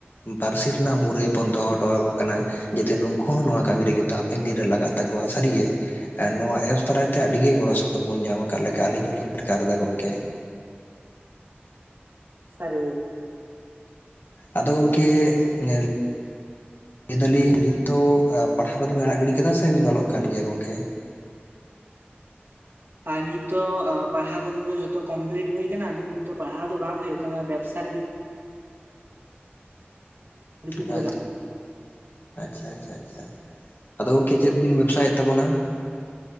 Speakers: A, on the left; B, on the right.
A: ᱯᱟᱹᱨᱥᱤ ᱨᱮᱱᱟᱜ ᱢᱩᱨᱟᱹᱭ ᱵᱚᱱ ᱫᱚᱦᱚ ᱦᱚᱴᱚ ᱟᱠᱚ ᱠᱟᱱᱟ ᱡᱟᱛᱮ ᱱᱩᱠᱩ ᱦᱚᱸ ᱱᱚᱣᱟ ᱠᱟᱹᱢᱤ ᱨᱮ ᱠᱤᱱᱛᱩ ᱦᱟᱯᱮᱱ ᱫᱤᱱ ᱨᱮ ᱞᱟᱜᱟᱜ ᱛᱟᱠᱚᱣᱟ ᱥᱟᱹᱨᱤ ᱜᱮ ᱱᱚᱣᱟ ᱮᱯᱥ ᱫᱟᱨᱟᱭ ᱛᱮ ᱟᱹᱰᱤ ᱜᱮ ᱜᱚᱲᱚ ᱥᱚᱯᱚᱦᱚᱫ ᱵᱚᱱ ᱧᱟᱢ ᱟᱠᱟᱫ ᱞᱮᱠᱟ ᱟᱹᱞᱤᱧ ᱦᱚᱸᱞᱤᱧ ᱟᱴᱠᱟᱨ ᱮᱫᱟ ᱜᱚᱝᱠᱮ
B: ᱥᱟᱹᱨᱤ ᱜᱮ
A: ᱟᱫᱚ ᱜᱚᱢᱠᱮ <unintelligible> ᱞᱟᱹᱭ ᱫᱟᱹᱞᱤᱧ ᱱᱤᱛ ᱫᱚ ᱯᱟᱲᱦᱟᱣ ᱠᱚᱫᱚ ᱵᱤᱱ ᱟᱲᱟᱜ ᱜᱤᱰᱤ ᱟᱠᱟᱫᱟ ᱥᱮᱵᱤᱱ ᱚᱞᱚᱜ ᱠᱟᱱ ᱜᱮᱭᱟ ᱜᱚᱝᱠᱮ
B: ᱟᱨ ᱱᱤᱛ ᱫᱚ ᱯᱟᱲᱦᱟᱣ ᱠᱚᱫᱚ ᱡᱚᱛᱚ ᱠᱚᱢᱯᱤᱞᱴ ᱦᱩᱭ ᱟᱠᱟᱱᱟ ᱟᱫᱚ ᱱᱤᱛ ᱫᱚ ᱯᱟᱲᱦᱟᱣ ᱫᱚ ᱵᱟᱝ ᱦᱩᱭᱩᱜ ᱠᱟᱱᱟ ᱵᱮᱵᱽᱥᱟ ᱨᱮᱜᱮ ᱵᱮᱥᱤ
A: <inaudible>
B: ᱡᱳᱨ
A: ᱟᱪᱪᱷᱟ ᱟᱪᱪᱷᱟ ᱟᱪᱷᱟ ᱟᱫᱚ ᱜᱚᱝᱠᱮ ᱪᱮᱫ ᱵᱤᱱ ᱵᱮᱵᱽᱥᱟᱭᱮᱫ ᱛᱟᱵᱚᱱᱟ